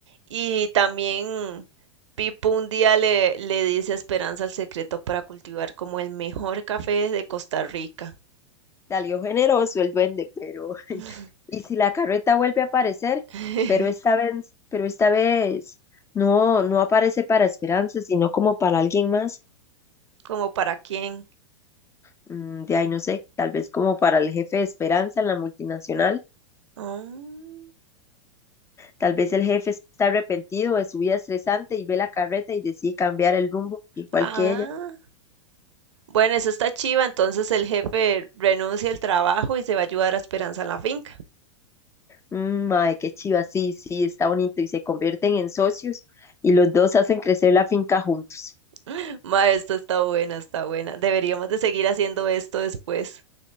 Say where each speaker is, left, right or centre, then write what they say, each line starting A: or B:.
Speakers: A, on the right; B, on the left.
A: Y también Pipo un día le, le dice a Esperanza el secreto para cultivar como el mejor café de Costa Rica.
B: Salió generoso el duende, pero
A: <laughs>
B: Y si la carreta vuelve a aparecer,
A: <laughs>
B: pero esta vez, pero esta vez no, no aparece para Esperanza, sino como para alguien más.
A: ¿Como para quién?
B: mm, De ahí no sé, tal vez como para el jefe de Esperanza en la multinacional.
A: Mm,
B: Tal vez el jefe está arrepentido de su vida estresante y ve la carreta y decide cambiar el rumbo, igual
A: ah,
B: que ella.
A: bueno, eso está chiva. Entonces el jefe renuncia al trabajo y se va a ayudar a Esperanza en la finca.
B: Mm, Mae, qué chiva, sí, sí, está bonito. Y se convierten en socios y los dos hacen crecer la finca juntos.
A: <laughs> Ma, esto está buena, está buena. Deberíamos de seguir haciendo esto después.